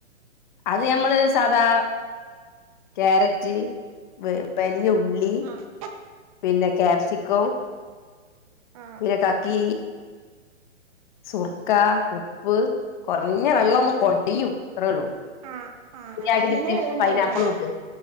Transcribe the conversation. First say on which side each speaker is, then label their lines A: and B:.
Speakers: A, on the left (about 40°); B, on the right (about 30°).
A: അത് ഞമ്മള് സാധാ ക്യാരറ്റ് വല്യ ഉ ള്ളി
B: ഉം ആഹ്
A: പിന്നെ ക്യാപ്സിക്കം
B: ആഹ്
A: പിന്നെ കക്കിരി സുർക്ക, ഉപ്പ് കുറഞ്ഞ വെള്ളൊന്ന്
B: ആഹ്
A: കൊടിയുംഅത്രേള്ളൂ
B: ആഹ് ആഹ്
A: യാക്കിട്ട്
B: അയിലന്നെ
A: പിന്നെ
B: വെള്ളം ഉണ്ടാവൂലേ
A: പൈനാപ്പിളും ഇട്ട്